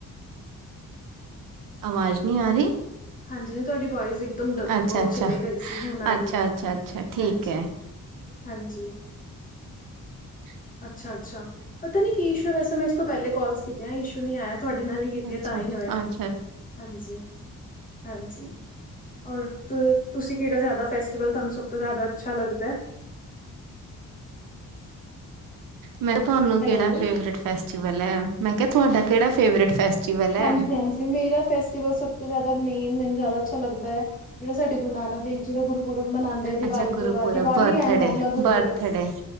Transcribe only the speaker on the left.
ਹਾਂਜੀ, ਜੀ ਤੁਹਾਡੀ ਵੋਇਸ ਇਕਦਮ ਡਬ
ਉਹ
ਚਲੇ ਗਏ ਸੀ, ਹੁਣ ਆਈ
ਹਾਂਜੀ,
ਹਾਂਜੀ। <unintelligible>
ਅੱਛਾ, ਅੱਛਾ, ਪਤਾ ਨੀ ਕੀ ਇਸ਼ੂ ਹੈ, ਵੈਸੇ ਮੈਂ ਇਸ ਤੋਂ ਪਹਿਲੇ ਕਾੱਲਸ ਕੀਤੀ, ਇਸ਼ੂ ਨੀ ਆਇਆ ਤੁਹਾਡੇ ਨਾਲ ਹੀ। ਕੀਤਿਆਂ,
ਤਾਂ ਹੀ ਹੋਇਆ
ਹਾਂਜੀ, ਹਾਂਜੀ। ਔਰ, ਤੁਸੀਂ ਕਿਹੜਾ ਜ਼ਿਆਦਾ ਫੇਸਟੀਵਲ ਤੁਹਾਨੂੰ ਸਭ ਤੋਂ ਜ਼ਿਆਦਾ ਅੱਛਾ ਲੱਗਦਾ।
ਹੈਲੋ
ਹਾਂਜੀ-ਹਾਂਜੀ ਮੇਰਾ ਫੈਸਟੀਵਲ ਸਭ ਤੋਂ ਜਿਆਦਾ, ਮੇਨ ਮੈਨੂੰ ਜਾਦਾ ਅੱਛਾ ਲੱਗਦਾ ਹੈ, ਜਿਹੜਾ ਸਾਡੇ ਗੁਰੂ ਨਾਨਕ ਦੇਵ ਜੀ ਦਾ ਗੁਰਪੁਰਬ ਮਨਾਉਂਦੇ ਆ, ਦੀਵਾਲੀ
ਤੋਂ ਬਾਅਦ ਦੀਵਾਲੀ
ਹੈ, ਅਗਲਾ ਗੁਰਪੁਰਬ